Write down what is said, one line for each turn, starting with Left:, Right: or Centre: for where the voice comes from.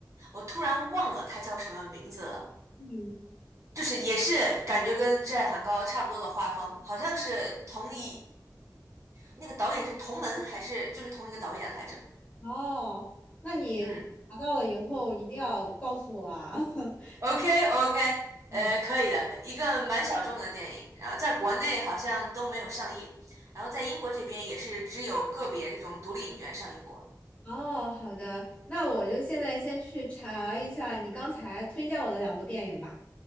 Right: 我突然忘了它叫什么名字了，
Left: 嗯，
Right: 就是也是感觉跟《挚爱梵高》差不多的画风，好像是同一。那个导演是同门还是就是同一个导演来着？
Left: 哦，那你查到了以后一定要告诉我啊。
Right: 嗯
Left: <laughs>
Right: ，OK OK，
Left: 嗯，
Right: 呃，可以的，一个蛮小众的电影，然后在国内好像都没有上映，然后在英国这边也是只有个别这种独立影院上映过。
Left: 哦，好的，那我就现在先去查一下你刚才推荐我的两部电影吧。